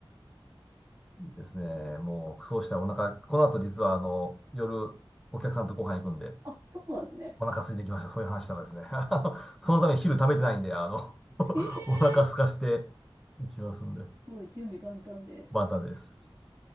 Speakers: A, in the centre; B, on the right (about 45°).
A: ですね。もう、そうしたらお腹、この後実はあの、夜、お客さんとご飯行くんで、
B: あ、そうなんですね。
A: お腹空いてきました。そういう話したらですね。<laughs> あのそのために昼食べてないんで、あの <laughs>
B: ええす
A: お腹空かしていきますんで。
B: ごい準備万端で。
A: バタです。